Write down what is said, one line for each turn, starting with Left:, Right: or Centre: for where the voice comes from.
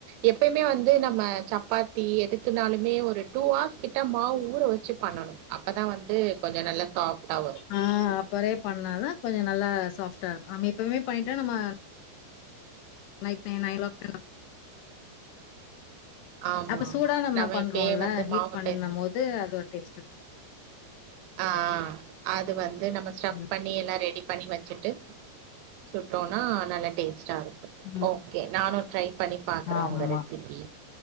Right: எப்பயுமே வந்து நம்ம சப்பாத்தி எதுக்குனாலுமே ஒரு டூ ஹார்ஸ் கிட்ட மாவு ஊற வச்சு பண்ணணு அப்பதான் வந்து கொஞ்ச நல்லா சாஃப்டா வரும்
Left: ஆ அப்பரே பண்ணாதா கொஞ்ச நல்லா சாஃப்டாருக்கும் நம்ம எப்ப‌மே பண்ணிட்டா நம்ம ந ந <unintelligible>
Right: ஆமா
Left: அப்ப சூடா
Right: ஆமா
Left: நம்ம பண்றோம்ல
Right: இப்பயே வந்து
Left: ஹீட்
Right: மாவ
Left: பண்ணும்
Right: பெசஞ்
Left: போது அது ஒரு டேஸ்ட்டாருக்கு
Right: ஆ அது வந்து நம்ம ஸ்டஃப்
Left: ம்
Right: பண்ணி எல்லா ரெடி பண்ணி வச்சுட்டு சுட்டோனா நல்லா டேஸ்ட்டாருக்கு
Left: ம்
Right: ஒகே நானும் ட்ரை பண்ணி பாக்குறே
Left: ஆமா
Right: ஒங்க ரெசிபி